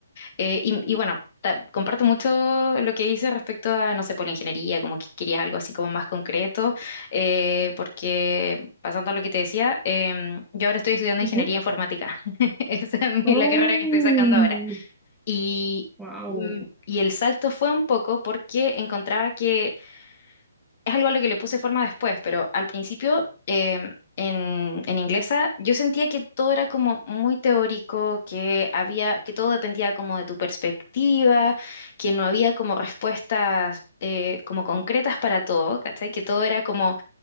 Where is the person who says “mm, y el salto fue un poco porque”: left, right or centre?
Left